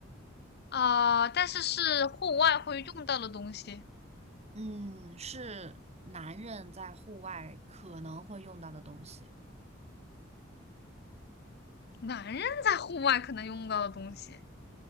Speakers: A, on the left; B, on the right.
A: 啊、但是是户外会用到的东西，
B: 嗯，是男人在户外可能会用到的东西。
A: 男人在户外可能用到的东西，